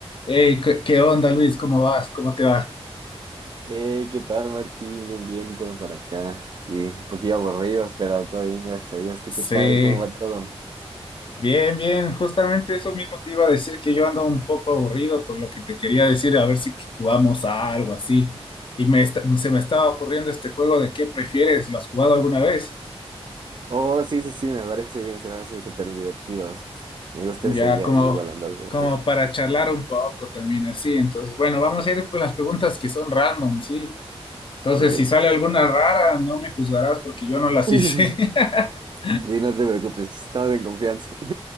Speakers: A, on the left; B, on the right.
A: Hey, ¿qué qué onda, Luis? ¿Cómo vas? ¿Cómo te va?
B: Hey, ¿qué tal, Martín? Bien, bien, todo por acá. Aquí, un poquillo aburridos, pero todo bien, gracias a Dios. ¿Tú
A: Sí,
B: qué tal? ¿Cómo va todo?
A: bien, bien. Justamente eso mismo te iba a decir que yo ando un poco aburrido por lo que te quería decir, a ver si jugamos a algo así. Y me esta- se me estaba ocurriendo este juego de qué prefieres. ¿Lo has jugado alguna vez?
B: Oh, sí, sí, sí, me parece bien, se me hace súper divertido. Me gusta
A: Ya
B: esa idea,
A: como,
B: yo igual ando algo aburrido.
A: como para charlar un poco también así. Entonces, bueno, vamos a ir con las preguntas que son random, ¿sí? Entonces,
B: Ok.
A: si sale alguna rara, no me juzgarás porque yo no las
B: <laughs>
A: hice. <laughs>
B: Sí, no te preocupes, estamos en confianza. <laughs>